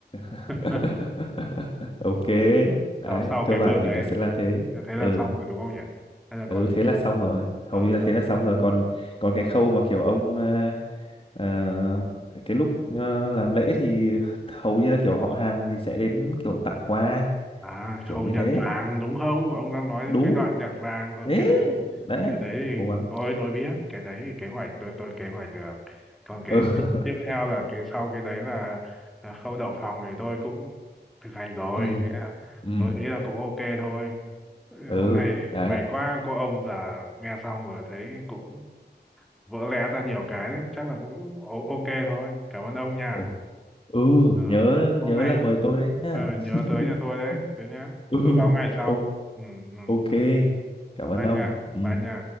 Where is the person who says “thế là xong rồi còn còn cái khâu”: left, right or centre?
Left